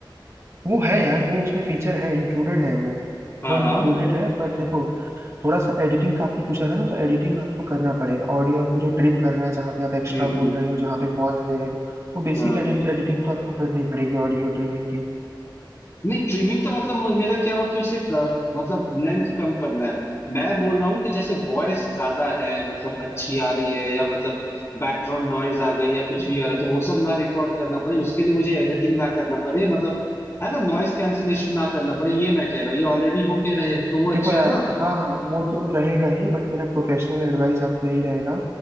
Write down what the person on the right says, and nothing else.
वो है यार वो उसमें फीचर है इंक्लूडेड है वो
वो इंक्लूडेड
है बट देखो थोड़ा सा एडिटिंग का आपने पूछा था ना तो एडिटिंग आपको करना पड़ेगा ऑडियो आपको जो ट्रिम करना है जहाँ पे आप एक्स्ट्रा
बोल रहे हो जहाँ पे पॉज ले रहे हो तो बेसिक
एडिटिंग तो आपको करनी पड़ेगी ऑडियो ट्रिमिंग की
देखो
यार
हाँ हाँ वो तो रहेगा ही बट मेरा प्रोफेशनल एडवाइस आपको यही रहेगा